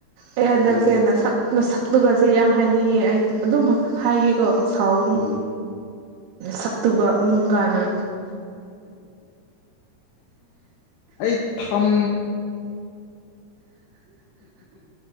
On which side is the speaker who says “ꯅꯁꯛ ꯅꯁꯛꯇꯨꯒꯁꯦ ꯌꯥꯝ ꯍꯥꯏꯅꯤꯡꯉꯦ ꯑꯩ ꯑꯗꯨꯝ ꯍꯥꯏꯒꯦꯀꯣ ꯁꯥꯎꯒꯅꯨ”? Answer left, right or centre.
Right